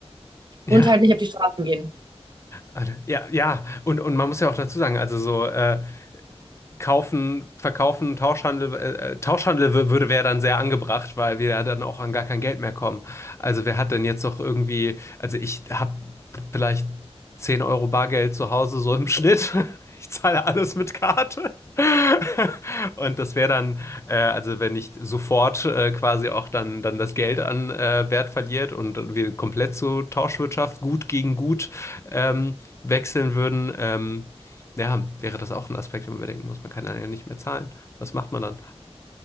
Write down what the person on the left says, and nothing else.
ja,
also, ja, ja. Und, und man muss ja auch dazu sagen, also so, äh, Kaufen, verkaufen, Tauschhandel, äh, äh, Tauschhandel wür- würde wäre dann sehr angebracht, weil wir ja dann auch an gar kein Geld mehr kommen. Also wer hat denn jetzt noch irgendwie, also ich habe vielleicht 10 Euro Bargeld zu Hause so im Schnitt. <laughs> Ich zahle alles mit Karte. <laughs> Und das wäre dann, äh, also wenn nicht sofort äh, quasi auch dann, dann das Geld an äh, Wert verliert und wir komplett zur Tauschwirtschaft gut gegen gut ähm, wechseln würden, ähm, ja, wäre das auch ein Aspekt, den man bedenken muss. Man kann dann ja nicht mehr zahlen. Was macht man dann?